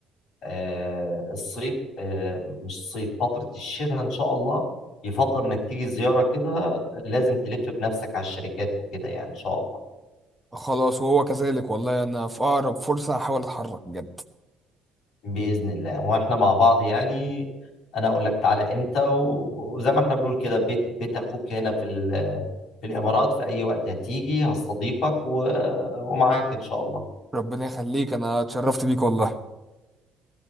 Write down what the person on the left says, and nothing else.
آه الصيف آه مش الصيف فترة الشتاء ان شاء الله يفضل انك تيجي زيارة كده لازم تلف بنفسك على الشركات وكده يعني ان شاء الله
بإذن الله واحنا مع بعض يعني انا اقول لك تعالى امتى و- وزي ما احنا بنقول كده بيت بيت اخوك هنا في ال- في الامارات في اي وقت هتيجي هستضيفك و- ومعاك ان شاء الله